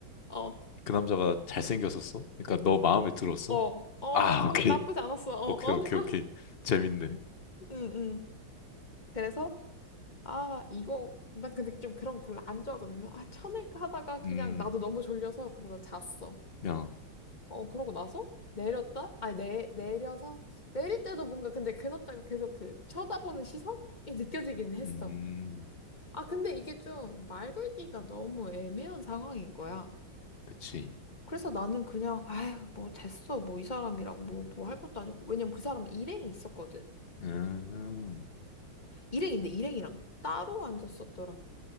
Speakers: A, on the left (about 25°); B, on the left (about 50°).
A: 어
B: 그 남자가 잘생겼었어? 그러니까 너 마음에 들었어?
A: 어 어
B: 아,
A: 뭐
B: 오케이,
A: 나쁘지 않았어. 어
B: 오케이,
A: 어.
B: 오케이,
A: <laughs>
B: 오케이. 재밌네.
A: 응 응. 그래서 아 이거 나 근데 좀 그런 거 별로 안 좋아하거든. 그래서 아 쳐낼까 하다가 그냥
B: 음,
A: 나도 너무 졸려서 그러다 잤어.
B: 야,
A: 어, 그러고 나서 내렸다? 아니, 내, 내려서 내릴 때도 뭔가 근데 근업자가 계속 그 쳐다보는 시선이 느껴지긴 했어.
B: 음,
A: 아, 근데 이게 좀 말 걸기가 너무 애매한 상황인 거야.
B: 그치.
A: 그래서 나는 그냥, 아휴, 뭐 됐어. 뭐 이 사람이랑 뭐, 뭐 할 것도 아니고. 왜냐면 그 사람은 일행이 있었거든.
B: 음,
A: 일행인데 일행이랑 따로 앉았었더라고.